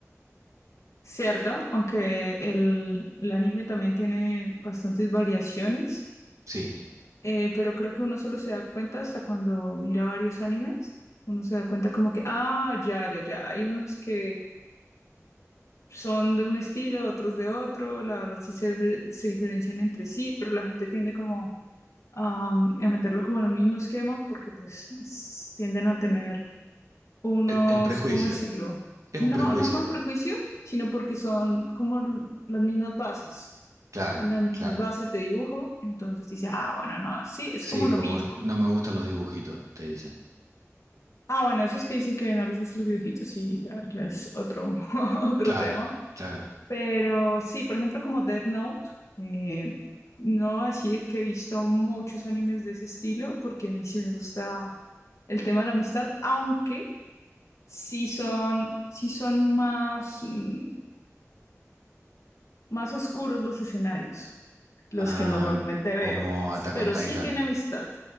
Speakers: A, on the left; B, on the right.
A: Cierto, aunque el, el anime también tiene bastantes variaciones,
B: Sí.
A: eh, pero creo que uno solo se da cuenta hasta cuando mira varios animes. Uno se da cuenta como que, ah, ya, ya, ya. Hay unos que son de un estilo, otros de otro, la verdad sí se, difer- se diferencian entre sí, pero la gente tiende como am, a meterlo como en un mismo esquema porque pues s- tienden a tener unos,
B: El, el prejuicio.
A: ¿cómo decirlo?
B: Es
A: No,
B: un prejuicio.
A: no por prejuicio, sino porque son como l- las mismas bases.
B: Claro,
A: Tienen las mismas
B: claro.
A: bases de dibujo, entonces dice, ah, bueno, no, sí, es
B: Sí,
A: como lo
B: como
A: mismo.
B: no me gustan los dibujitos, te dicen.
A: Ah, bueno, esos que dicen que no les gustan los dibujitos, sí, ya, ya es otro, <laughs> otro
B: Claro,
A: tema.
B: claro.
A: Pero sí, por ejemplo, como Death Note, eh, no voy a decir que he visto muchos animes de ese estilo, porque a mí sí me gusta el tema de la amistad, aunque sí son, sí son más, mm, más oscuros los escenarios, los
B: Ah,
A: que normalmente
B: como
A: veo. Sí,
B: Attack
A: Pero
B: on Titan.
A: sí tiene amistad,